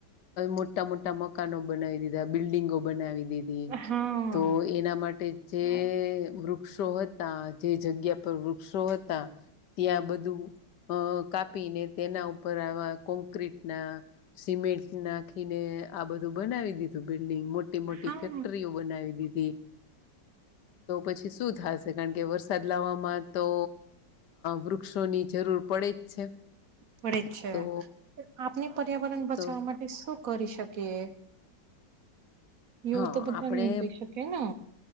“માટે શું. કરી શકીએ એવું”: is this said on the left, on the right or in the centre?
Right